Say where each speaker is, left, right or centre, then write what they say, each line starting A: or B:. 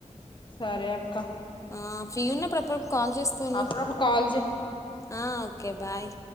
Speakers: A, on the left; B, on the left.
A: సరే అక్క
B: ఆ ఫ్రీ ఉన్నప్పుడు అప్ డప్డు కాల్ చేస్తండు
A: అప్పుడప్పుడు కాల్ చేయి
B: ఆ ఓకే బాయ్